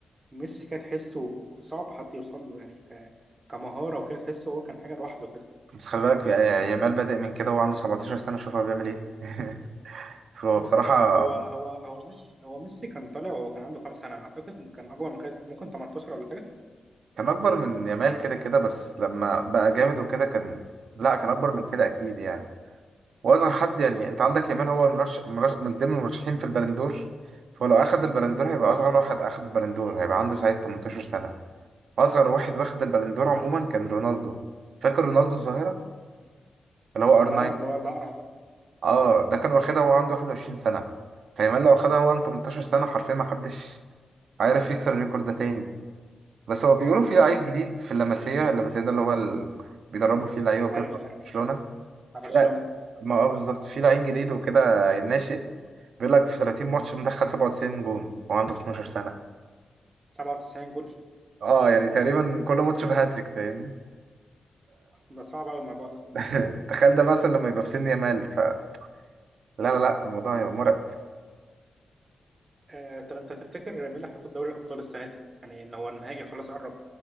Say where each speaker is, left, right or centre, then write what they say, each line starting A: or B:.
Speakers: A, on the right; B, on the right.
A: ميسي كده تحسه صعب حد يوصل له يعني ك... كمهارة وكده تحسه هو كان حاجة لوحده كده
B: بس خلي بالك آه، يامال بادئ من كده وهو عنده 17 سنة شوف هو بيعمل إيه <laughs> فهو
A: مم.
B: بصراحة
A: هو هو هو ميسي هو ميسي كان طالع وهو كان عنده كام سنة أعتقد كان أكبر من كده ممكن 18 ولا حاجة
B: كان أكبر من يامال كده كده بس لما بقى جامد وكده كان لأ كان أكبر من كده أكيد يعني واصغر حد يعني انت عندك يامال هو مرش... مرش... من ضمن المرشحين في البلندور فلو اخد البلندور هيبقى
A: اه
B: اصغر واحد اخد البلندور هيبقى عنده ساعتها 18 سنه اصغر واحد واخد البلندور عموما كان رونالدو فاكر رونالدو الظاهره اللي هو ار
A: اه
B: 9
A: اللي هو الأقرع ده
B: اه ده كان واخدها وهو عنده 21 سنه فيامال لو اخدها وهو عنده 18 سنه حرفيا ما حدش عارف يكسر الريكورد ده تاني بس هو بيقولوا في لعيب جديد في اللمسيه اللمسيه ده اللي هو ال... بيدربوا فيه اللعيبه وكده
A: أيوه
B: بتاع
A: عارف
B: برشلونه
A: آه. بتاع
B: في
A: برشلونة
B: لع- ما اه بالظبط في لعيب جديد وكده ناشئ بيقول لك في 30 ماتش مدخل 97 جون هو عنده 12 سنة
A: 97 جول
B: اه يعني تقريبا كل ماتش بهاتريك فاهمني
A: ده صعب أوي الموضوع ده
B: فتخيل ده مثلا لما يبقى في سن يامال فلا لا لا لا، الموضوع هيبقى مرعب
A: آه طب أنت تفتكر مين اللي هياخد دوري الأبطال السنة دي؟ يعني إن هو النهائي خلاص قرب